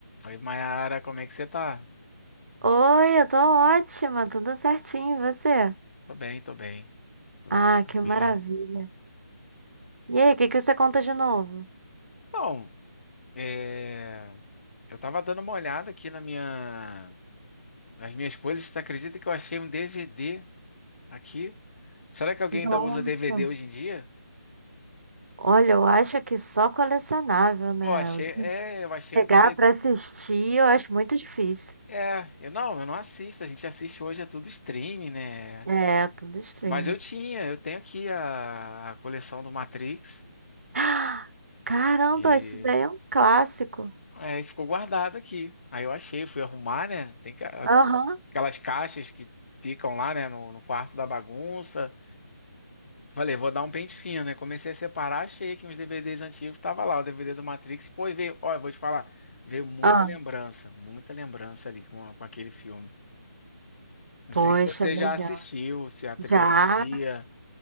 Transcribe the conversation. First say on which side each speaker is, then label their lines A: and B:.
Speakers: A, on the left (about 50°); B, on the right (about 55°).
A: Oi, Mayara, como é que você tá?
B: Oi, eu tô ótima, tudo certinho, e você?
A: Tô bem, tô bem. Tô
B: Ah,
A: tô tranquilo.
B: que maravilha. E aí, o que que você conta de novo?
A: Bom, é, eu tava dando uma olhada aqui na minha... nas minhas coisas. Você acredita que eu achei um DVD aqui? Será que alguém
B: Nossa.
A: ainda usa DVD hoje em dia?
B: Olha, eu acho que só colecionável, né?
A: Pô, achei. É, eu achei
B: Pegar
A: um DVD.
B: pra assistir, eu acho muito difícil.
A: É, eu não, eu não assisto. A gente assiste hoje, é tudo streaming, né?
B: É, tudo streaming.
A: Mas eu tinha,
B: <gasps>
A: eu tenho aqui a, a coleção do Matrix,
B: Ah, Caramba,
A: que
B: isso daí é um clássico.
A: é, ficou guardada aqui. Aí eu achei, fui arrumar, né? Tem que.
B: Aham.
A: aquelas caixas que ficam lá, né, no, no quarto da bagunça. Falei, vou dar um pente fino, né? Comecei a separar, achei que uns DVDs antigos tava lá, o DVD do Matrix. Pô, e veio, Olha, vou te falar, veio muita
B: Ah,
A: lembrança, muita lembrança ali com, a- com aquele filme. Não
B: poxa,
A: sei se você
B: legal.
A: já assistiu, se é a trilogia.
B: Já,